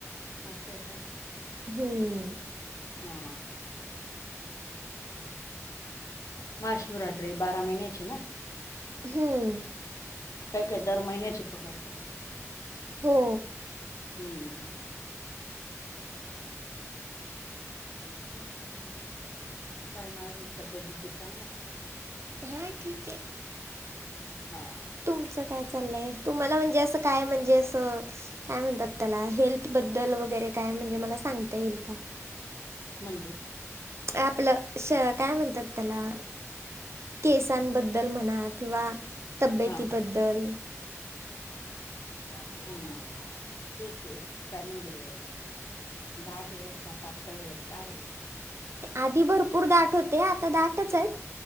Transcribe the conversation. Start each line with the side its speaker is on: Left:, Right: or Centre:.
Left: असं आहे का
Right: हम्म
Left: हा महाशिवरात्री बारा महिन्याची ना
Right: हम्म
Left: काय काय दर महिन्याची पकडता
Right: हो
Left: हम्म हम हम हम काय मग अजून तब्येत बिब्येत चांगली आहे
Right: हाय ठीक आहे
Left: हा
Right: तुमचं काय चाललंय तुम्हाला म्हणजे असं काय म्हणजे असं काय म्हणतात त्याला हेल्थबद्दल वगैरे काय म्हणजे मला सांगता येईल का
Left: म्हणजे
Right: ते आपलं श काय म्हणतात त्याला केसांबद्दल म्हणा किंवा तब्येतीबद्दल
Left: हा हम्म हे केस काय म्हणजेल हे दाट येत की पातळ येत काय आहे
Right: आधी भरपूर दाट होते आता दाटच आहेत